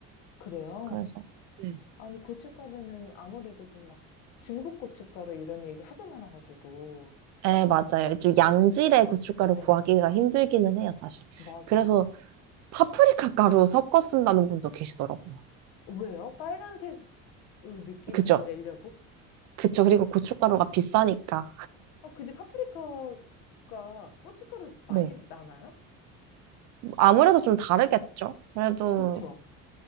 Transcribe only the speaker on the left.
그래요?
아니, 고춧가루는 아무래도 좀 막 중국 고춧가루 이런 얘기 하도 많아가지고.
네.
맞아요.
왜요? 빨간색을 느낌을
더 내려고?
어, 근데 파프리카가 고춧가루 맛이
나나요?
그쵸?